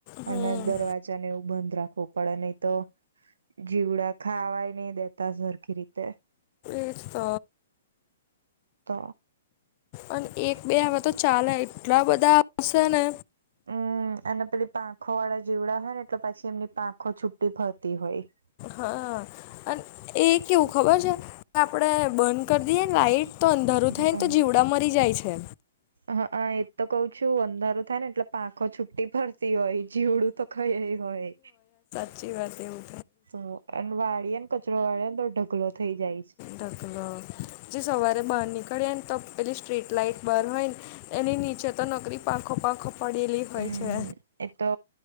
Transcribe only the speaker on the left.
હમ
એ જ ત
અને એક બે હવે તો ચાલે એટલા બધા આવશે ને
હા અન એ કેવું ખબર છે, આપણે બંધ કરી દીએન લાાઈટ તો અંધારું થાય
ન તો જીવડા મરી જાય છે.
ચી વા તેવુ
ઢકલો જે સવારે બાર નીકળ્યન ત પેલી સ્ટ્રીટ લાઈટ બાર હોય ને એની નીચે તો નકરી પાંખો પાંખો પડેલી
હોય છે.